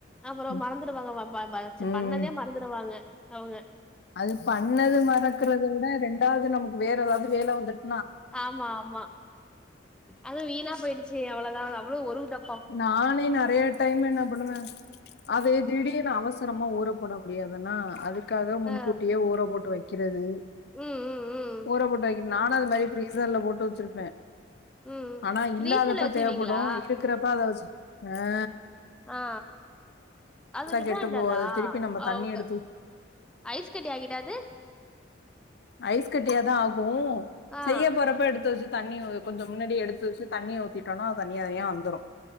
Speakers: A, in the centre; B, on the left.
A: அப்புறோ
B: ம்
A: மறந்துடுவாங்க வ ப ப வச்
B: ம்
A: பண்ணதே மறந்துருவாங்க அவுங்க
B: அது பண்ணது மறக்கறத விட ரெண்டாவது நமக்கு வேற ஏதாவது வேல வந்துட்
A: ஆமா ஆமா அதுவு வீணா போயிடுச்சு அவ்ளோதா அது அவ்ளோ ஒரு டப்
B: நானே நறையா டைம் என்னா பண்ணுவ அதே திடீர்னு அவசரமா ஊற போட முடியாதுன்னா அதுக்காக முன்கூட்டியே
A: ஆ
B: ஊற போட்டு வை வக்கிறது
A: ம் ம் ம்
B: ஊற போட்டு வக்கி நானு அது மாறி ஃப்ரீசர்ல போட்டு வச்சிருப்ப
A: ம்
B: ஆனா
A: ஃப்ரீசர்ல
B: இல்லாதப்பா
A: வச்சிருவீங்களா
B: தேவப்படு இருக்கிறப்பா அத வச்சு ஆ‌
A: ஆ அதுக்கு இதாயிடாதா
B: கெட்டு போகாது. திருப்பி நம்ம
A: ஆ
B: தண்ணி
A: ஓகே
B: எடுத்து ஊத்
A: ஐஸ் கட்டி ஆகிடாது
B: ஐஸ் கட்டியாதா ஆகு
A: ஆ
B: செய்ய போறப்ப எடுத்து வச்சு தண்ணி கொஞ்சோ முன்னடியே எடுத்து வச்சு தண்ணிய ஊதிட்டோ நா அது தண்ணி தனியா வந்துரு